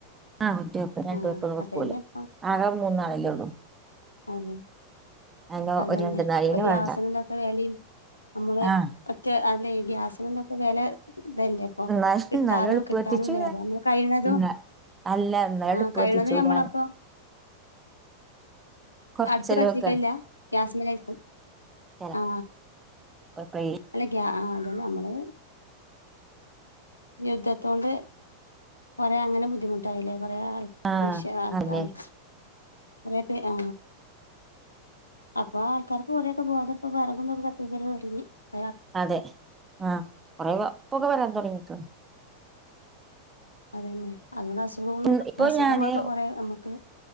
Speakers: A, on the right; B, on the left.
A: ആ ഒറ്റ വെപ്പ് രണ്ടുവെപ്പ്
B: ആഹ്
A: വെക്കൂലാ
B: അതന്നെ ഇപ്പൊ
A: ആകെ മൂന്നാളല്ലേ ഉള്ളൂ
B: അതെ
A: അതിന്
B: അതെന്നെ
A: ഒരു രണ്ട് നാളിന്
B: ഇപ്പൊ ഗ്യാസിന്
A: വേണ്ട
B: ന്തൊ <unintelligible> വെലിം നമ്മള്
A: ആ
B: ഒറ്റ അല്ലെ ഗ്യാസിനന്തൊക്കെ വില ഇതല്ലേ അപ്പൊ
A: എന്നാലും
B: കിട്ടാനും
A: എന്നാലും അടുപ്പ്
B: കിട്ടാനുംല്ല
A: കത്തിച്ചൂല
B: അപ്പൊ നമ്മള് കഴിയുന്നതും
A: ഇന്ന അല്ല എന്നാലും
B: ആഹ്
A: അടുപ്പ്
B: കഴിയണതും
A: കത്തിച്ചൂലാണ്
B: ഞമ്മളപ്പൊ
A: കൊറച്ചെല്ലാം
B: അടുപ്പ് കത്തിക്കലില്ല
A: വെക്കാണ്
B: ഗ്യാസ്മ്മലായ്ക്കും
A: ചെലപ്പോ
B: ആ
A: എപ്പളേ
B: അല്ല ഗ്യാ ആ അതന്നെ നമ്മള് യുദ്ധത്തോണ്ട് കുറേ അങ്ങനെ ബുദ്ധിമുട്ടായില്ലേ കൊറേ ആൾ
A: ആഹ്
B: മനഷ്യ ആൾക്കായി
A: അതെ
B: കൊറേ പേ ആ അപ്പൊ ആൾക്കാര് കുറെ പോകാതപ്പോ വിറക്ന്നത് കത്തിച്ചിലോരായി
A: അതെ ആ കൊറെ പുക വരാൻ തുടങ്ങിട്ട്
B: അതെന്നെ അതുകൊണ്ട് അസുഖൊന്നും
A: ഉം ഇപ്പൊ
B: അസുഖങ്ങളൊക്കെ
A: ഞാന്
B: കുറേ നമുക്ക്